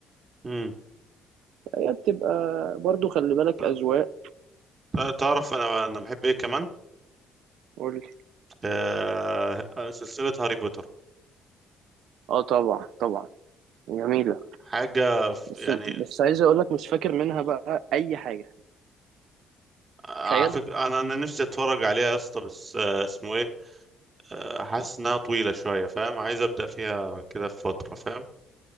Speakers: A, on the right; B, on the right.
A: مم.
B: هي بتبقى برضو خلي بالك
A: ت-
B: اذواق
A: ت- تعرف انا انا بحب ايه كمان
B: قول لي.
A: آه، آه، سلسلة هاري بوتر
B: اه طبعا طبعا جميله
A: حاجة ف-
B: بس
A: يعني
B: بس عايز اقول لك مش فاكر منها بقى اي حاجه
A: آه،
B: تخيل
A: على فكرة انا انا نفسي اتفرج عليها يا اسطى بس آه، اسمه ايه آه، حاسس انها طويلة شوية فاهم عايز ابدأ فيها كده في فترة فاهم